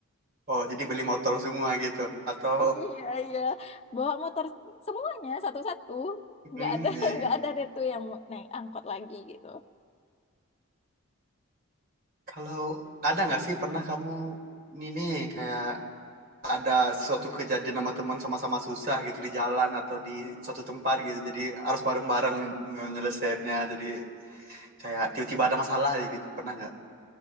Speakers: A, on the right; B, on the left.
A: oh jadi beli motor semua gitu. Atau,
B: Iya iya bawa motor semuanya satu-satu. Nggak
A: hmm,
B: ada <laughs>
A: iya, iya.
B: nggak ada deh tuh yang mau naik angkot lagi gitu.
A: Kalau ada nggak sih pernah kamu ini nih kayak ada suatu kejadian sama teman sama-sama susah gitu di jalan atau di suatu tempat gitu. Jadi harus bareng-bareng nge- nyelesainnya. Jadi kayak tiba-tiba ada masalah aja gitu. Pernah nggak?